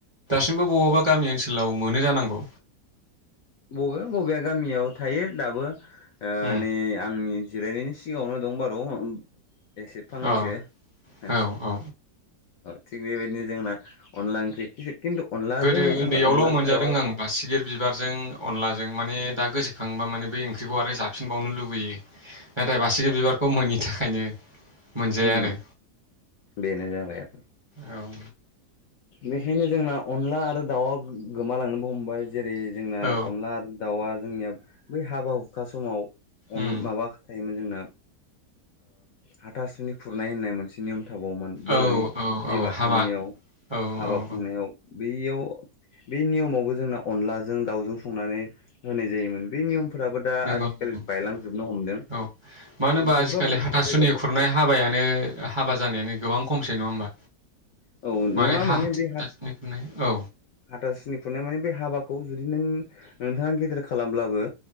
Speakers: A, on the right; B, on the left.
A: बबेबा बबेबा
B: औ
A: गामि ओनसोलाव मोनो जानांगौ
B: बबे बबे गामियाव थायो दाबो।
A: उम
B: नै आंनि जिरायनायनि- सिगाङावनो दं बारु- एसे फांनैसो
A: अ
B: <inaudible>
A: औ औ
B: थिग बेबायदिनो जोंना अनला ओंख्रि खिन्थु अनलाजों
A: गोदो उन्दैयावल'
B: जोंना अनलाजों
A: मोनजादों
B: दाउआ
A: आं बासिगिर बिबारजों अनलाजों माने दा गोसोखांबा माने बै ओंख्रिखौ आरो जाफिनबावनो लुबैयो। नाथाय बासगि बिबारखौ मोनि थाखायनो- मोनजाया
B: ओम
A: आरो
B: बेनो जाबाय-
A: औ
B: बेखायनो जोंना अनला आरो दाउआ गोमालांनोबो हमबाय। जेरै जोंना
A: औ
B: अनला दाउआ जोंनिया बै हाबा हुखा समाव अनला
A: उम
B: माबा <inaudible> जोंना हाथासुनि खुरनाय होननाय मोनसे नियम थाबावोमोन बर'नि
A: ओ औ औ
B: जि
A: औ
B: बाथौनियाव
A: हाबा औ
B: हाबा
A: औ
B: खुंनायाव
A: औ
B: बेयाव बे नियमावबो जोंना अनलाजों दाउजों संनानै होनाय जायोमोन बे नियम फोराबो दा
A: नंगौ
B: आथिखालाव
A: नंगौ
B: बायलांजोबनो हमदों।
A: औ मानो
B: बबेबा
A: होनोमबा आजिखालि
B: बबेबा
A: हाथासुनि
B: जायगायावल'
A: खुरनाय हाबायानो हाबा जानायानो गोबां खमसै नङा होमबा
B: औ
A: माने
B: नङा
A: <inaudible> हाथासुनि
B: बे हा
A: खुरनाय औ।
B: हाथासुनि खुरनाय माने बे हाबाखौ जुदि नों नोंथाङा गेदिर खालामब्लाबो।